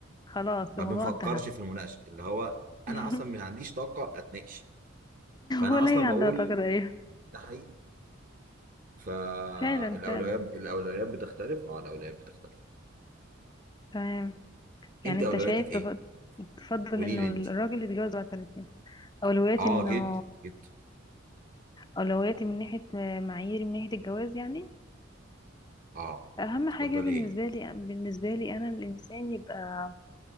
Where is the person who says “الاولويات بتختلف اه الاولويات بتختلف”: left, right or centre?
Right